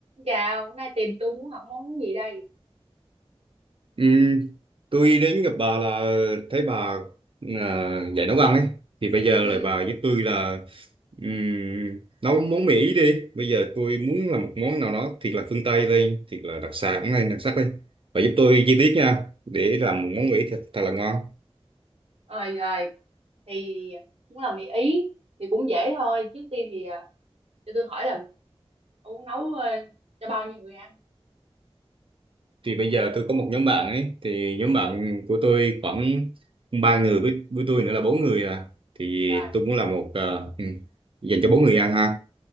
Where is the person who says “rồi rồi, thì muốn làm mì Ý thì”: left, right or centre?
Right